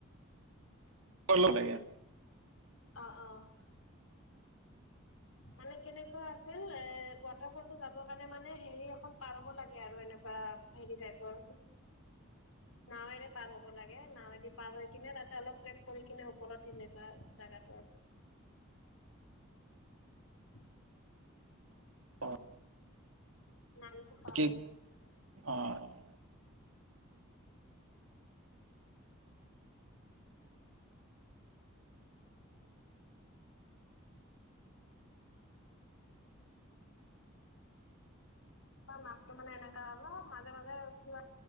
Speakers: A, on the right; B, on the left.
A: <unintelligible> লাগে।
B: অ', অ'। মানে কেনেকুৱা আছিল এ ৱাটাৰ ফলতটো যাবৰ কাৰণে মানে হেৰি এখন পাৰ হ'ব লাগে আৰু এনেকুৱা। অহ, হেৰি টাইপৰ নাওৱেৰে পাৰ হ'ব লাগে, নাওৱেদি পাৰ হৈ কিনে তাতে অলপ ট্ৰেক কৰি কিনে ওপৰত সনেকুৱা জাগাত জাগা আছে। <unintelligible>
A: অ'।
B: নামটো পাহৰি
A: কি
B: গৈছিলোঁ।
A: অ
B: তোমাৰ মাতটো মানে এনেকা অলপ মাজে-মাজে কিবা